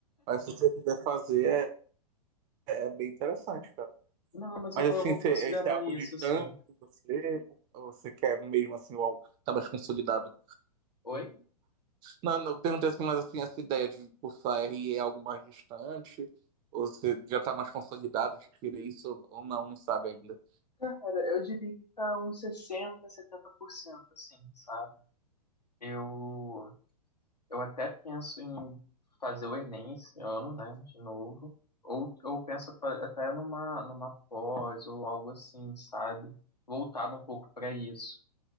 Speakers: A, on the right (about 20°); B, on the left (about 80°).
A: Mas se você quiser fazer, é, é bem interessante, cara.
B: Não, mas
A: Mas
B: eu vou,
A: assim,
B: eu vou
A: cê-
B: considerar
A: esse é algo
B: isso,
A: distante
B: sim.
A: de você? Ou você quer mesmo assim algo que tá mais consolidado?
B: Oi?
A: Não, não, eu perguntei assim, mas assim, essa ideia de cursar RI é algo mais distante? Ou você já tá mais consolidado de querer isso ou não, não sabe ainda?
B: Cara, eu diria que tá uns sessenta setenta por cento assim, sabe? Eu, eu até penso em fazer o Enem esse ano, né, de novo. Ou eu penso pa- até numa, numa pós ou algo assim, sabe? Voltado um pouco para isso.